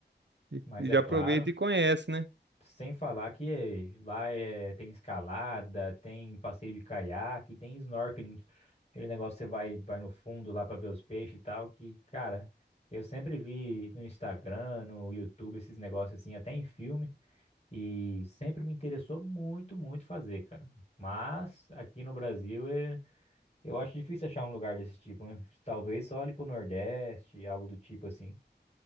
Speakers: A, on the right; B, on the left.
A: E
B: Mas
A: e
B: é
A: já
B: claro,
A: aproveita e conhece, né?
B: sem falar que eh, lá é, tem escalada, tem passeio de caiaque, tem snorkeling, aquele negócio que você vai, vai no fundo lá para ver os peixes e tal, que, cara, eu sempre vi no Instagram, no YouTube, esses negócios assim, até em filme, e sempre me interessou muito, muito fazer, cara. Mas aqui no Brasil eh, eu acho difícil achar um lugar desse tipo, né? Talvez só ali pro Nordeste, algo do tipo assim.